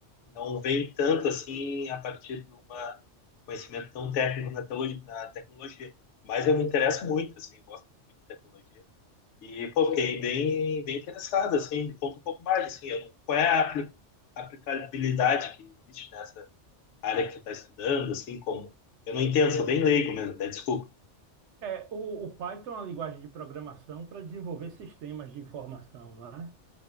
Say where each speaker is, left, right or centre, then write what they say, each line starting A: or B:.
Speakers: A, on the left; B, on the right.
A: não vem tanto assim a partir de um conhecimento tão técnico na teologia, na tecnologia. Mas eu me interesso muito, assim, gosto muito de tecnologia. E, pô, fiquei bem, bem interessado, assim, me conta um pouco mais, assim, eu não, qual é a apli- aplicabilidade que existe nessa área que tu está estudando, assim, como... Eu não entendo, sou bem leigo mesmo, até desculpa.
B: É, o, o Python é uma linguagem de programação para desenvolver sistemas de informação, né?